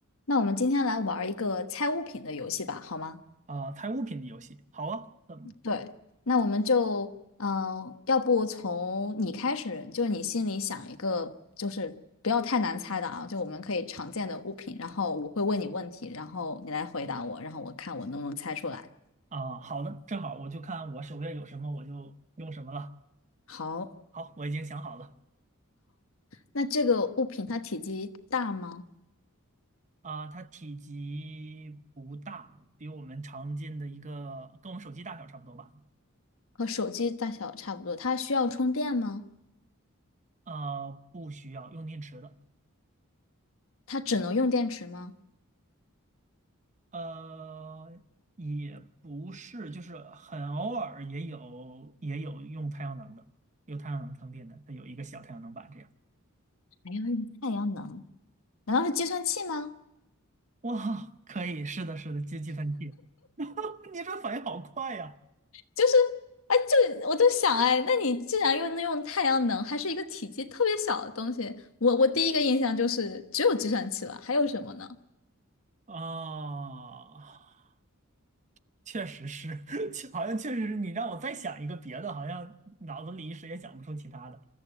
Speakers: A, on the left; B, on the right.
A: 那我们今天来玩一个猜物品的游戏吧，好吗？
B: 啊、猜物品的游戏。好啊，嗯
A: 对，那我们就，嗯、要不从你开始，就是你心里想一个，就是不要太难猜的啊，就我们可以常见的物品，然后我会问你问题，然后你来回答我，然后我看我能不能猜出来。
B: 啊、好的，正好我就看我手边有什么我就用什么了。
A: 好，
B: 好，我已经想好了
A: 那这个物品它体积大吗？
B: 啊、它体积不大，比我们常见的一个跟我们手机大小差不多吧。
A: 和手机大小差不多？它需要充电吗？
B: 呃，不需要用电池的，
A: 它只能用电池吗？
B: 呃，也不是，就是很偶尔也有也有用太阳能的，有太阳能充电的，它有一个小太阳能板这样。
A: 还要用太阳能？难道是计算器吗？
B: 哇，可以，是的，是的，接计算器。<laughs> 你这反应好快呀、
A: 就是，哎，就我就想，哎，那你既然又能用太阳能，还是一个体积特别小的东西，我我第一个印象就是只有计算器了，还有什么呢？
B: 啊，确实是，<laughs> 确好像确实是你让我再想一个别的，好像脑子里一时也想不出其他的。